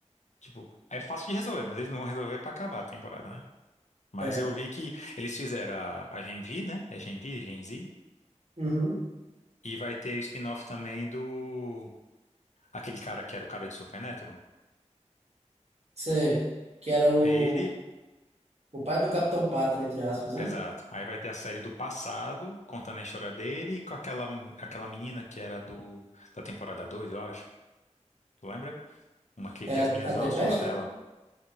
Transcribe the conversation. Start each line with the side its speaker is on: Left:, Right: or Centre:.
Left: tipo, é fácil de resolver, mas eles não vão resolver pra acabar a temporada, né? Mas
Right: É.
Left: eu vi que eles fizeram a, a Gen V, né? É Gen V, Gen Z,
Right: Uhum.
Left: e vai ter o spin-off também do, aquele cara que era o cara de Supernatural.
Right: Sei. Que era o,
Left: Ele
Right: o pai do Capitão Pátria, entre aspas, né?
Left: Exato. Aí vai ter a série do passado, contando a história dele, e com aquela, mu- aquela menina que era do da temporada 2 eu acho. Tu lembra? Uma que, que
Right: É
Left: as
Right: a,
Left: meninas
Right: a
Left: dão
Right: Tempesta?
Left: uma surra nela.